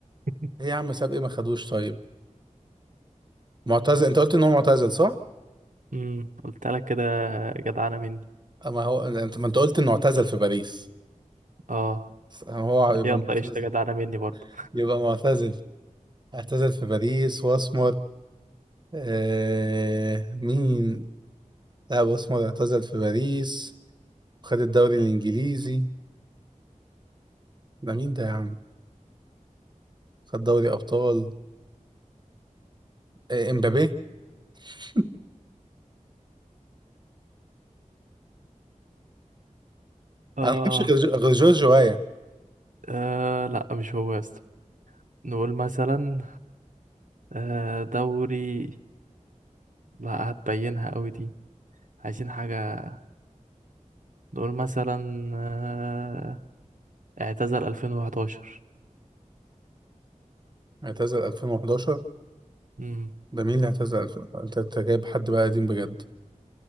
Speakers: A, on the right (about 75°); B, on the right (about 35°).
A: <laughs>
B: ايه يا عم ساب ايه ما خدوش طيب معتزل انت قلت ان هو معتزل صح
A: امم قلت لك كده جدعانة مني
B: اما هو انت ما انت قلت انه اعتزل في باريس
A: اه
B: هو يبقى
A: يلا
B: معتزل
A: قشطة جدعانة مني برضو
B: يبقى معتزل اعتزل في باريس واسمر آه... مين لا اسمر اعتزل في باريس وخد الدوري الانجليزي ده مين ده يا عم خد دوري ابطال آه، امبابي <laughs>
A: آه.
B: انا ما اعرفش غير غير جورج وايا
A: اه لا مش هو يا اسطى نقول مثلا آه دوري لا هتبينها قوي دي عايزين حاجة نقول مثلا آه، اعتزل 2011
B: اعتزل 2011
A: امم
B: ده مين اللي اعتزل 2000 انت أنت جايب حد بقى قديم بجد